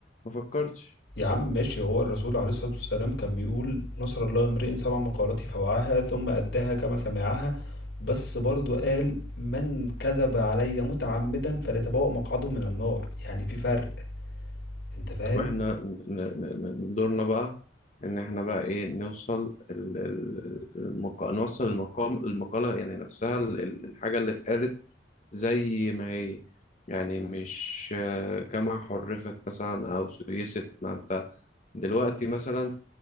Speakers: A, on the left; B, on the left.
A: ما فكرتش
B: يا عم ماشي هو الرسول عليه الصلاة والسلام كان بيقول نصر الله امرئ سمع مقالتي فوعاها ثم أداها كما سمعها بس برضو قال من كذب علي متعمدا فليتبوأ مقعده من النار يعني في فرق انت فاهم
A: وإحنا ن- ن- ن- دورنا بقى إن إحنا بقى إيه نوصل ال- ال- المقا... نوصل المقام المقالة يعني نفسها ال- ال- الحاجة اللي اتقالت زي ما هي يعني مش آه، كما حرفت مثلا أو سيست ما أنت دلوقتي مثلا